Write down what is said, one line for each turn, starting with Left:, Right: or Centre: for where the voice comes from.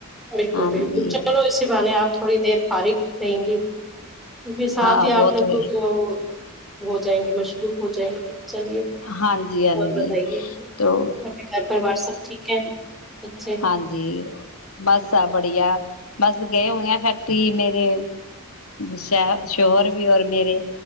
Centre: بالکل
Left: ہاں
Centre: بالکل
Left: جی
Centre: چلو اسے بان آپ تھوڑی دیر فارغ رہیں گی تو پھر ساتھ
Left: ہاں
Centre: ہی
Left: وہ
Centre: آ نے
Left: تو ہے
Centre: کو وہ وہ <inaudible> جائیں گے مشروف ہو جائیں گے چلیے
Left: ہاں جی ہاں
Centre: اور بتائیے
Left: جی تو
Centre: آ کے گھر پوار سب ٹھیک ہے بچے
Left: ہاں جی بس آ بڑھیا بس گئے ہوئے ہیں فیکٹری میرے ش شوہر بھی اور میرے